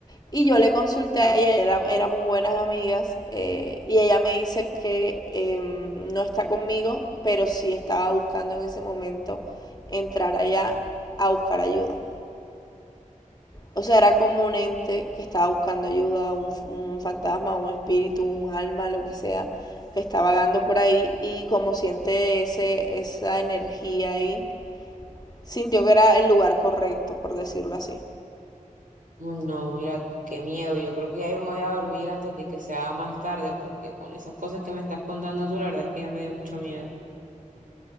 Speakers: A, on the left; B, on the right.
A: Y yo le consulté a ella, era- éramos buenas amigas, eh, y ella me dice que em, no está conmigo, pero sí estaba buscando en ese momento entrar allá a buscar ayuda. O sea, era como un ente que estaba buscando ayuda, un, f- un fantasma, un espíritu, un alma, lo que sea, que está vagando por ahí y como siente ese, esa energía ahí sintió que era el lugar correcto, por decirlo así.
B: Uy, No, mira, qué miedo. Yo creo que ya yo me voy a dormir antes de que se haga más tarde, porque con esas cosas que me estás contando tú, la verdad es que ya me dio mucho miedo.